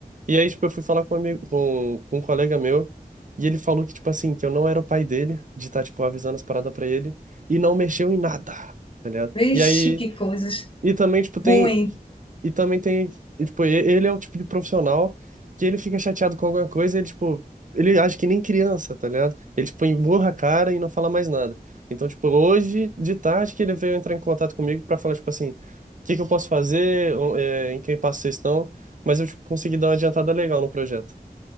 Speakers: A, on the right; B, on the left.
A: E aí, tipo, eu fui falar com um amigo, com, com um colega meu, e ele falou que, tipo assim, que eu não era o pai dele, de estar, tipo, avisando as paradas pra ele, e não mexeu em nada, tá ligado?
B: vixe,
A: E aí,
B: que coisas
A: e também, tipo, tem,
B: ruim.
A: e também tem, e, tipo, e- ele é o tipo de profissional que ele fica chateado com alguma coisa, ele, tipo, ele age que nem criança, tá ligado? Ele, tipo, emburra a cara e não fala mais nada. Então, tipo, hoje de tarde que ele veio entrar em contato comigo pra falar, tipo assim, o que que eu posso fazer, o- é, em que passo vocês estão, mas eu, tipo, consegui dar uma adiantada legal no projeto.